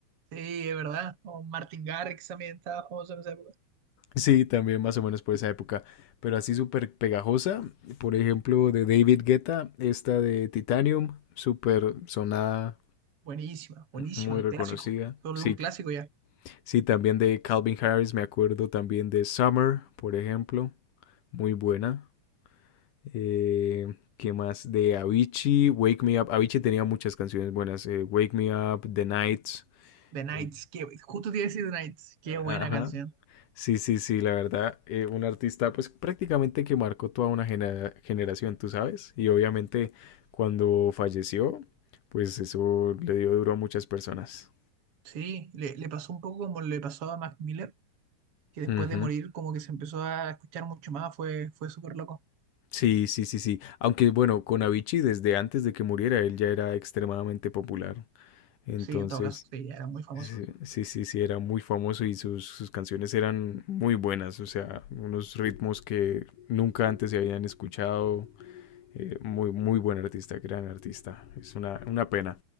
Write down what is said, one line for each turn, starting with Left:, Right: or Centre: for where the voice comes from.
Right: sí, es verdad. O Martin Garrix también estaba famoso en esa época.
Left: Sí, también más o menos por esa época, pero así súper pegajosa, por ejemplo, de David Guetta, esta de Titanium, súper sonada,
Right: Buenísima, buenísima,
Left: muy reconocida.
Right: clásico. Solo
Left: Sí,
Right: un clásico ya.
Left: sí, también de Calvin Harris, me acuerdo también de Summer, por ejemplo, muy buena. Eh, ¿qué más? De Avicii, Wake Me Up. Avicii tenía muchas canciones buenas, eh, Wake Me Up, The Nights.
Right: The Knights
Left: eh,
Right: que justo te iba a decir The Knights qué buena
Left: Ajá.
Right: canción.
Left: Sí, sí, sí, la verdad, eh, un artista pues prácticamente que marcó toda una genera- generación, tú sabes, y obviamente cuando falleció, pues eso le dio duro a muchas personas.
Right: Sí, le, le pasó un poco como le pasó a Mac Miller, que después
Left: Ujú.
Right: de morir como que se empezó a escuchar mucho más, fue, fue súper loco.
Left: Sí, sí, sí, sí. Aunque bueno, con Avicii desde antes de que muriera él ya era extremadamente popular. Entonces,
Right: Sí, en todo caso, sí, ya era muy famoso.
Left: sí, sí, sí, sí, era muy famoso y sus, sus canciones eran muy buenas, o sea, unos ritmos que nunca antes se habían escuchado. Eh, muy, muy buen artista, gran artista. Es una, una pena.